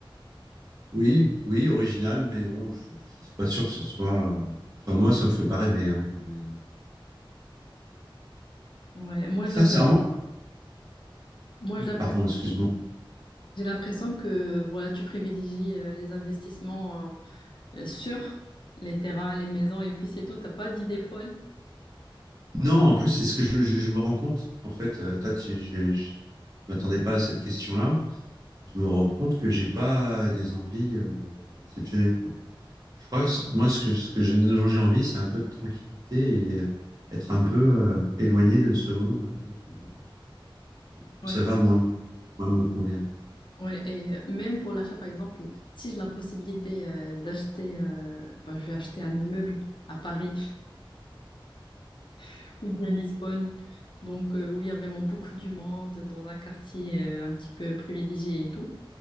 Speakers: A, on the right; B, on the left.
A: Oui, oui, original, mais bon, je je suis pas sûr que ce soit. euh, Enfin, moi, ça me fait pas rêver. hein, mais, euh,
B: Ouais, moi,
A: Sincèrement,
B: j'ai l'impression, moi,
A: euh,
B: je l'imp-
A: pardon, excuse-moi.
B: j'ai l'impression que voilà, tu privilégies euh, les investissements euh, sur les terrains, les maisons, et puis c'est tout. T'as pas d'idée folle.
A: Non, en plus, c'est ce que je, je- je me rends compte. En fait, euh, Tat, je, je, je- je m'attendais pas à cette question-là. Je me rends compte que j'ai pas des envies euh, exceptionnelles, quoi. Je crois que c- moi, ce que, ce que j'ai- dont j'ai envie, c'est un peu de tranquillité et euh, être un peu euh, éloigné de ce monde, un peu. qui me- et plus
B: Ouais,
A: ça va, moins, Moi, me convient.
B: ouais, et euh, même pour l'achat, par exemple, si j'ai la possibilité euh, d'acheter, euh, ben, je vais acheter un immeuble à Paris <laughs> ou bien Lisbonne, donc euh, où il y a vraiment beaucoup du monde, dans un quartier euh, un petit peu privilégié et tout.